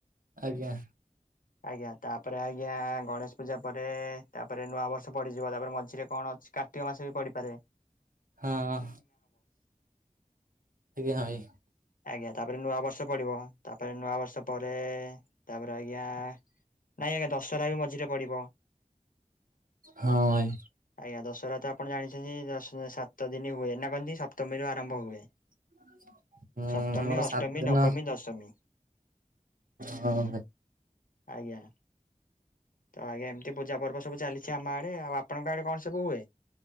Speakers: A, on the right; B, on the left.
A: ଆଜ୍ଞା।
B: <inaudible> ଆଜ୍ଞା ତାପରେ ଆଜ୍ଞା ଗଣେଶ ପୂଜା ପରେ ତାପରେ ନୂଆ ବର୍ଷ ପଡ଼ିଯିବ ତାପରେ ମଝିରେ କଣ ଅଛି କାର୍ ର୍ତ୍ତିକ ମାସ ବି ପଡ଼ିପାରେ
A: ହଁ ଏବେ ହଁ ଭାଇ।
B: ଆଜ୍ଞା ତାପରେ ନୂଆ ବର୍ଷ ପଡ଼ିବ ତାପରେ ନୂଆ ବର୍ଷ ପରେ ତାପରେ ଆଜ୍ଞା ନାଇଁ ଆଜ୍ଞା ଦଶହରା ବି ମଝିରେ ପଡ଼ିବ
A: ହଁ ଭାଇ।
B: ଆଜ୍ଞା ଦଶହରା ତ ଆପଣ ଜାଣିଛନ୍ତି ଦଶ ସାତ ଦିନି ହୁଏ ନା କଣନ୍ତି ସପ୍ତମୀରୁ ଆରମ୍ଭ ହୁଏ
A: <inaudible>
B: ସପ୍ତମୀ,
A: ଆମର
B: ଅଷ୍ଟମୀ,
A: ସାତ ଦିନ
B: ନବମୀ, ଦଶମୀ।
A: ହଁ ହଁ।
B: ଆଜ୍ଞା। ତ ଆଜ୍ଞା ଏମିତି ପୂଜା ପର୍ବ ସବୁ ଚାଲିଛି ଆମ ଆଡ଼େ ଆଉ ଆପଣଙ୍କ ଆଡ଼େ କଣ ସବୁ ହୁଏ?